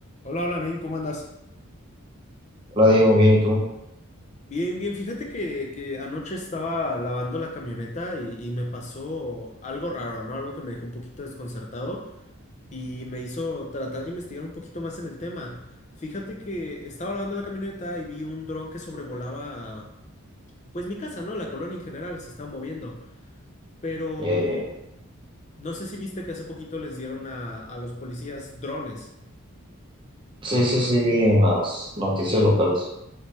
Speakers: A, on the left (about 30°); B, on the right (about 20°).
A: Hola, hola, Nain, ¿cómo andas?
B: Hola Diego, bien, ¿y tú?
A: Bien, bien, fíjate que, que anoche estaba lavando la camioneta y, y me pasó algo raro, ¿no? Algo que me dejó un poquito desconcertado y me hizo tratar de investigar un poquito más en el tema. Fíjate que estaba lavando la camioneta y vi un dron que sobrevolaba, pues mi casa, ¿no? La colonia en general se estaba moviendo, pero
B: Ya, ya, ya.
A: no sé si viste que hace poquito les dieron a, a los policías drones.
B: Sí, sí, sí, vi en las noticias locales.